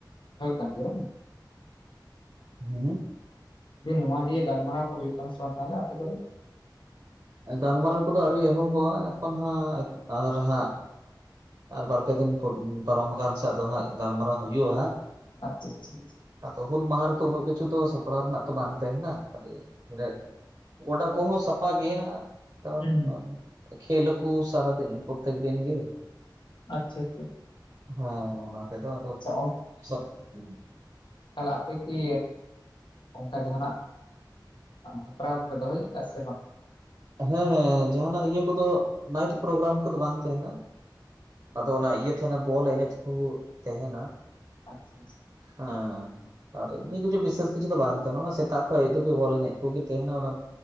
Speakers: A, on the left; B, on the right.
A: ᱦᱳᱭᱳᱜ ᱠᱟᱱ ᱜᱮᱭᱟ ᱵᱟᱝ
B: ᱦᱩᱸ
A: ᱫᱤᱧ ᱱᱚᱣᱟ ᱱᱤᱭᱮ ᱜᱟᱞᱢᱟᱨᱟᱣ ᱠᱚ ᱦᱩᱭᱩᱜ ᱠᱟᱱᱟ ᱥᱮ ᱵᱟᱝ ᱛᱟᱦᱚᱞᱮ ᱟᱹᱛᱩ ᱠᱚᱨᱮ?
B: ᱜᱟᱞᱢᱟᱨᱟᱣ ᱠᱚᱫᱚ ᱟᱹᱣᱨᱤ ᱮᱦᱚᱵᱚᱜᱼᱟ ᱮᱠᱷᱚᱱ ᱦᱟᱸᱜ ᱟᱨ ᱦᱟᱸᱜ ᱟᱨ ᱵᱟᱨᱯᱮ ᱫᱤᱱ ᱯᱚᱨ ᱯᱟᱨᱚᱢ ᱟᱠᱟᱱ ᱥᱮ ᱟᱫᱚ ᱦᱟᱸᱜ ᱜᱟᱞᱢᱟᱨᱟᱣ ᱦᱩᱭᱩᱜᱼᱟ ᱦᱟᱸᱜ
A: ᱟᱪᱪᱷᱟ ᱟᱪᱪᱷᱟ
B: ᱟᱫᱚ ᱦᱩᱞ ᱢᱟᱦᱟ ᱨᱮᱛᱚ ᱩᱱᱟᱹᱜ ᱠᱤᱪᱷᱩ ᱫᱚ ᱥᱟᱯᱲᱟᱣ ᱨᱮᱱᱟᱜ ᱛᱚ ᱵᱟᱝ ᱛᱟᱦᱮᱱᱟ ᱠᱷᱟᱹᱞᱤ ᱚᱰᱮ ᱜᱚᱰᱟ ᱠᱚᱦᱚᱸ ᱥᱟᱯᱷᱟ ᱜᱮᱭᱟ ᱠᱟᱨᱚᱱ
A: ᱦᱩᱸ ᱦᱩᱸ
B: ᱠᱷᱮᱞ ᱟᱠᱚ ᱥᱟᱨᱟ ᱫᱤᱱ ᱯᱨᱚᱛᱮᱠ ᱫᱤᱱ ᱜᱮ
A: ᱟᱪᱪᱷᱟ ᱟᱪᱪᱷᱟ
B: ᱦᱮᱸ ᱚᱱᱟ ᱛᱮᱫᱚ ᱟᱫᱚ
A: ᱟᱪᱪᱷᱟ
B: ᱥᱟᱯ ᱯᱟᱢ
A: ᱛᱟᱦᱚᱞᱮ ᱟᱯᱮ ᱠᱤ ᱚᱱᱠᱟ ᱡᱟᱦᱱᱟᱜ ᱦᱟᱜ ᱦᱮᱯᱲᱟᱣ ᱠᱚᱯᱮ ᱫᱚᱦᱚᱭ ᱜᱮᱭᱟ ᱥᱮ ᱵᱟᱝ
B: ᱦᱮᱸ ᱦᱮᱸ ᱡᱟᱦᱟᱸᱱᱟᱜ ᱤᱭᱟᱹ ᱠᱚᱫᱚ ᱱᱟᱭᱤᱴ ᱯᱨᱳᱜᱨᱟᱢ ᱠᱚᱫᱚ ᱵᱟᱝ ᱛᱟᱦᱮᱱᱟ ᱟᱫᱚ ᱚᱱᱟ ᱤᱭᱟᱹ ᱛᱟᱦᱮᱱᱟ ᱵᱚᱞ ᱮᱱᱮᱡ ᱠᱚ ᱛᱟᱦᱮᱱᱟ
A: ᱟᱪᱤ
B: ᱟᱸᱻ ᱨᱮ ᱮᱢᱱᱤ ᱠᱤᱪᱷᱩ ᱵᱤᱥᱮᱥ ᱠᱤᱪᱷᱩ ᱫᱚ ᱵᱟᱝ ᱛᱟᱦᱮᱱᱟ, ᱚᱱᱟ ᱥᱮᱛᱟᱜ ᱠᱷᱚᱡ ᱟᱹᱭᱩᱵ ᱫᱷᱟᱹᱵᱤᱡ ᱵᱚᱞ ᱮᱱᱮᱡ ᱠᱚᱜᱮ ᱛᱟᱦᱮᱱᱟ ᱚᱱᱟ